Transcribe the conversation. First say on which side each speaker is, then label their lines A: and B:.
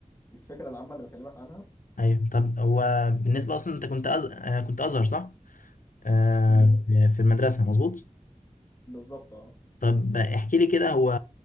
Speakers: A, on the left; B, on the left.
A: الفكره العامه اللي بكلمك عنها
B: ايوه طب هو بالنسبه اصلا انت كنت أز... آه، كنت ازهر صح آه
A: مم.
B: في المدرسه مظبوط
A: بالظبط اه
B: طب احكي لي كده هو